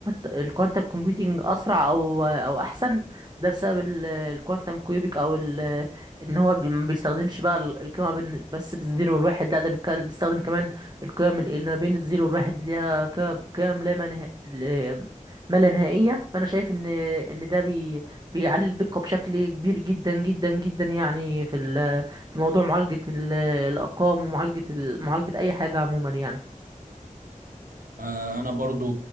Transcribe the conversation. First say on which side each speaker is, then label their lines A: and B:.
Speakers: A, on the right; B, on the right.
A: الكوانتم كومبيوتنج اسرع او او احسن ده بسبب ال- الكوانتم كيوبيك او ال ان هو بي- ما بيستخدمش بقى ال- القيمه بين- بس بالزيرو والواحد لا ده بيتكلم- بيستخدم كمان القيم ال- اللي ما بين الزيرو والواحد اللي هي قيم قيم لا منها... ل- ما لا نهائيه فانا شايف ان ان ده بي... بيعلي الدقه بشكل كبير جدا جدا جدا يعني في ال... في موضوع معالجه ال... الارقام ومعالجه ال... معالجه اي حاجه عموما يعني
B: آه، أنا برضو